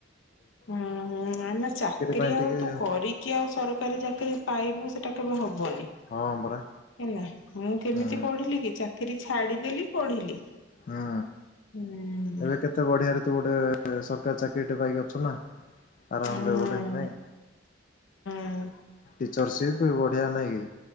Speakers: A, on the left (about 80°); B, on the left (about 45°).
A: ହୁଁ ହୁଁ। ନାଇମ ଚାକିରି
B: ପାଇଁ
A: ଆଉ
B: ଟିକେ
A: ତୁ କରିକି ଆଉ ସରକାରୀ ଚାକିରି ପାଇବୁ ସେ ଟା କେବେ ହବ? ବନି
B: ହଁ ପରା
A: ହେଲା। ମୁଁ କେମିତି
B: ହଁ
A: ପଢିଲି କି ଚାକି ରୀ ଛାଡିଦେଲି ପଢିଲି।
B: ହୁଁ।
A: ହୁଁ।
B: ଏବେ କେତେ ବଢିଆରେ ତୁ ଗୋଟେ ସରକାରୀ ଚାକିରୀ ପାଇକି ଅଛ ନା। ଆରାମ
A: ହୁଁ
B: ରେ ଗୋଟେ ନାଇଁ
A: ହୁଁ।
B: ଟିଚର୍ସିପ ବଢିଆ ନାଇଁ କି